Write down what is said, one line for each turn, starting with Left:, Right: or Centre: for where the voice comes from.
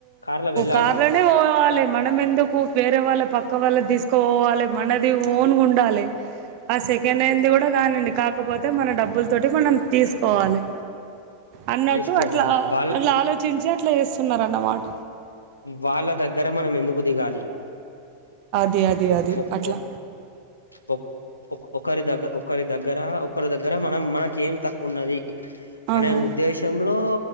Left: కార్లో వెళ్ళాలి
Right: కార్లోనే
Left: మనం
Right: పోవాలె మనం ఎందుకు వేరే వాళ్ళ పక్క వాళ్ళది తీసుకోపోవాలె మనది ఓన్గా ఉండాలె ఆ సెకండ్ అయిండ్ కూడా కానండి కాకపోతే మన డబ్బుల తోటి మనం తీసుకోవాలి అన్నట్టు
Left: తీసుకోవాలి
Right: అట్లా
Left: వాళ్ళ
Right: అట్లా ఆలోచించి అట్లా చేస్తున్నారు అనమాట
Left: వాళ్ళ దగ్గర మనం ఎందుకు దిగాలి
Right: అది అది
Left: ఓ
Right: అది అట్లా
Left: ఓ కు ఒకరి దగ్గ ఒకరి దగ్గర ఒకరి దగ్గర మనం మనకి ఏం తక్కువ ఉన్నది
Right: అవును
Left: అనే ఉద్దేశంలో